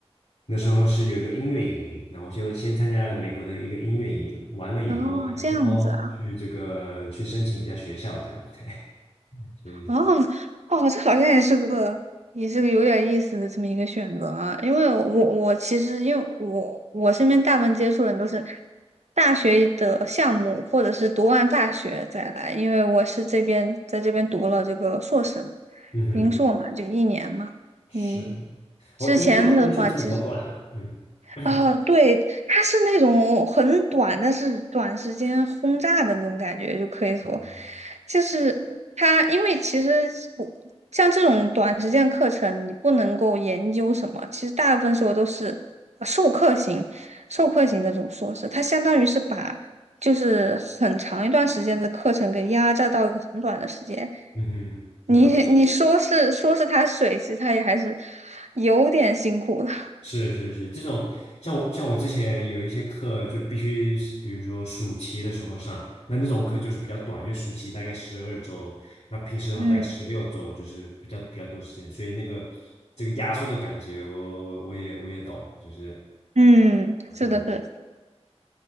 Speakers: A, on the left (about 75°); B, on the right (about 85°).
A: 那时候是有一个音乐营，然后就先参加了美国的一个音乐营，完了以后他就说，
B: <laughs> 哦，这样子啊。
A: 哦，去这个去申请一下学校这样，对，所以
B: 哦哦，这好像也是个也是个有点意思的这么一个选择啊，因为我我其实因为我我身边大部分接触人都是大学的项目，或者是读完大学再来，因为我是这边在这边读了这个硕士嘛，
A: 嗯哼。
B: 零硕嘛，就一年嘛，
A: 是，
B: 嗯，
A: 我音速音速真的好短啊，
B: 之前的话其实。
A: 嗯 <clears throat>
B: 啊，对，它是那种很短，但是短时间轰炸的那种感觉，就可以说，
A: 嗯
B: 就是它，因为其实我像这种短时间课程，你不能够研究什么，其实大部分时候都是呃授课型，授课型的这种硕士，它相当于是把就是很长一段时间的课程给压榨到一个很短的时间，
A: 嗯了解，
B: 你你说是说是它水，其实它也还是有点辛苦的，
A: 是是是，这种像我像我之前有一些课就必须是，比如说暑期的时候上，那那种课就是比较短，因为暑期大概十二周，那平时的话大概十六周，
B: 嗯。
A: 就是比较比较多时间，所以那个这个压缩的感觉我，我我也我也懂，就是
B: 嗯，是的，
A: 不容易，
B: 是的。